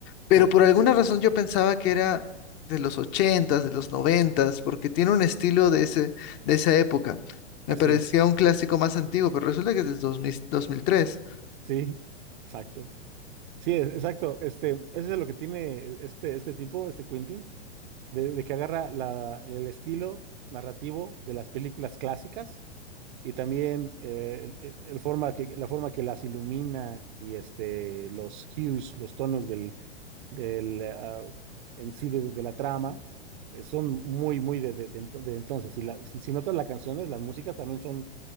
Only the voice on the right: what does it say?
sí,
así
es,
sí, exacto. Sí, es- exacto. Este, eso es lo que tiene este, este tipo, este Quentin, de, de que agarra la, el estilo narrativo de las películas clásicas Y también eh, el- el- el forma que, la forma que las ilumina y este, los hues, los tonos del, del, ah, en sí de, de la trama, eh, son muy, muy de, de- de ento- de entonces. Y la- si, si notas las canciones, las músicas también son